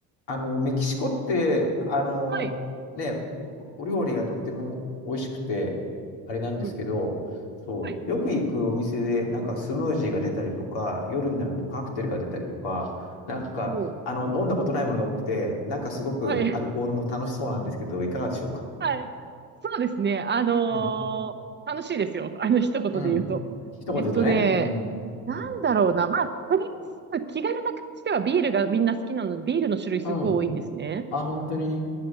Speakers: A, on the left (about 70°); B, on the right (about 25°).
A: あの、メキシコって、あの、
B: はい。
A: ね、おお料理がとっても美味しくて、あれなんですけど、
B: うん。
A: そう、
B: はい。
A: よく行くお店で、なんかスムージーが出たりとか、夜になるとカクテルが出たりとか、なんか、
B: おお、
A: あの、飲んだことないものが多くて、なんかすごくアルコールも楽しそうなんですけど、
B: はい。
A: いかがでしょうか
B: はい。そうですね。あのー楽しいですよ。
A: うん。
B: <laughs> あの、一言で言うと。
A: うん。一言で言うとね。
B: えっとね、
A: うん。
B: なんだろうな。
A: うん。
B: まあ、とりあえず気軽な感じではビールがみんな好きなので、ビールの種類すごい多いんですね。
A: うん。あ、本当に。